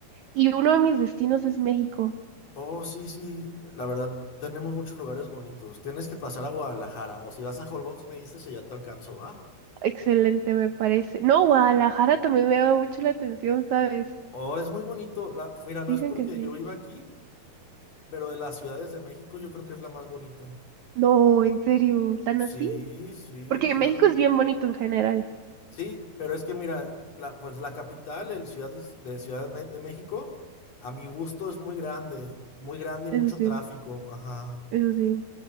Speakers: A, on the right; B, on the left.
A: Y uno de mis destinos es México.
B: Oh, sí, sí. La verdad, tenemos muchos lugares bonitos. Tienes que pasar a Guadalajara. O si vas a Holbox, me dices y ya te alcanzo, ¿ah?
A: Excelente, me parece. No, Guadalajara también me llama mucho la atención, ¿sabes?
B: Oh, es muy bonito. La... Mira, no
A: Dicen
B: es porque
A: que sí.
B: yo viva aquí. Pero de las ciudades de México yo creo que es la más bonita.
A: No, en serio, tan así.
B: Sí, sí,
A: Porque
B: claro.
A: México es bien bonito en general.
B: Sí, pero es que mira, la, pues la capital, el ciudad is- de Ciudad Me- de México, a mi gusto es muy grande, muy grande y mucho
A: Eso sí,
B: tráfico, ajá.
A: eso sí.